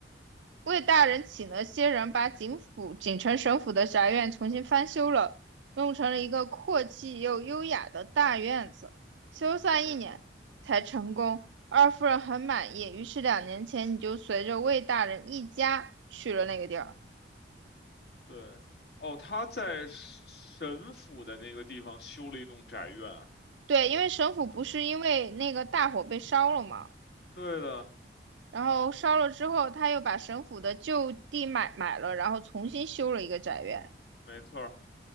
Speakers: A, on the right (about 85°); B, on the left (about 60°).
A: 魏大人请了些人把警府锦城省府的宅院重新翻修了，弄成了一个阔气又优雅的大院子。修缮一年才成功，
B: 对
A: 二夫人很满意，于是两年前你就随着魏大人一家去了那个地儿。
B: 对哦，他在神府的那个地方修了一栋宅院啊。
A: 对，因为省府不是因为那个大火被烧了嘛，
B: 对的，
A: 然后烧了之后，他又把省府的旧地买买了，然后重新修了一个宅院，
B: 没错儿